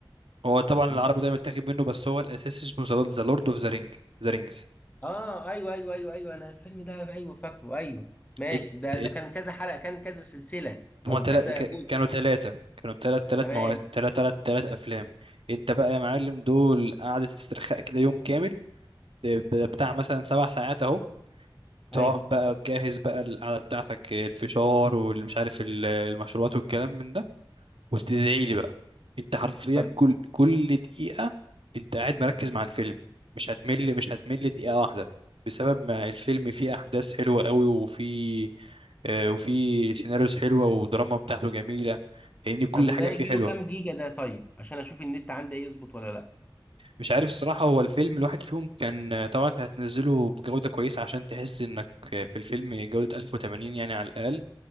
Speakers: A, on the right; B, on the left.
A: هو طبعا
B: مش
A: العربي
B: ده, ده.
A: ده متاخد منه بس هو الأساسي اسمه ذا لورد اوف ذا رينج ذا رينجز
B: اه ايوه ايوه ايوه ايوه انا الفيلم ده ايوه فاكره ايوه ماشي
A: ات
B: ده
A: ات
B: ده كان كذا حلقه كان كذا سلسله
A: هما
B: او
A: تلا...
B: كذا
A: ك...
B: جزء
A: كانوا تلاتة كانوا تلات تلات
B: تمام
A: مواد تلات تلات تلات أفلام انت بقى يا معلم دول قعدة استرخاء كده يوم كامل ب- بتاع مثلا سبع ساعات اهو تقعد
B: ايوه
A: بقى تجهز بقى القعدة بتاعتك الفشار والمش عارف ال- المشروبات والكلام من ده وتدعي لي بقى انت حرفيا
B: طب
A: كل كل دقيقة انت قاعد مركز مع الفيلم مش هتمل مش هتمل دقيقة واحدة بسبب ما الفيلم فيه احداث حلوة قوي وفيه آه، وفيه سيناريوز حلوة ودراما بتاعته جميلة فاهمني كل
B: طب وده
A: حاجة
B: يجي
A: فيه حلوة
B: له كام جيجا ده طيب عشان اشوف النت عندي ايه يظبط ولا لا
A: مش عارف الصراحة هو الفيلم الواحد فيهم كان آه، طبعا انت هتنزله بجودة كويسة عشان تحس انك آه، في الفيلم جودة 1080 يعني على الأقل